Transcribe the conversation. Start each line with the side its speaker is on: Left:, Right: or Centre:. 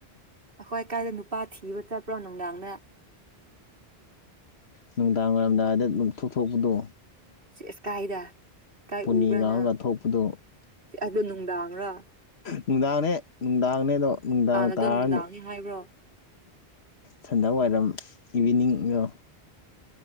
Right: ꯑꯩꯈꯣꯏ ꯑꯀꯥꯏꯗ ꯅꯨꯄꯥ ꯊꯤꯕ ꯆꯠꯄ꯭ꯔꯣ ꯅꯨꯡꯗꯥꯡꯅ
Left: ꯅꯨꯡꯗꯥꯡ ꯋꯥꯏꯔꯝꯗꯥꯏꯗ ꯑꯗꯨꯝ ꯊꯣꯛꯊꯣꯛꯄꯗꯣ
Right: ꯁꯦꯁ ꯀꯥꯏꯗ ꯏꯀꯥꯏ
Left: ꯄꯨꯅꯤ
Right: ꯎꯕ꯭ꯔꯥꯅ
Left: ꯂꯥꯎꯔꯒ ꯊꯣꯛꯄꯗꯣ
Right: ꯁꯤ ꯑꯗꯨꯗꯣ ꯅꯨꯡꯗꯥꯡꯔꯣ
Left: ꯅꯨꯡꯗꯥꯅꯦ ꯅꯨꯡꯗꯥꯡꯅꯦ ꯑꯗꯣ ꯅꯨꯡꯗꯥꯡ
Right: ꯑꯗꯣ
Left: ꯇꯥꯔꯅꯤ
Right: ꯅꯨꯡꯗꯥꯡꯅꯤ ꯍꯥꯏꯕ꯭ꯔꯣ
Left: ꯁꯟꯗ ꯋꯥꯏꯔꯝ ꯏꯚꯤꯅꯤꯡꯒ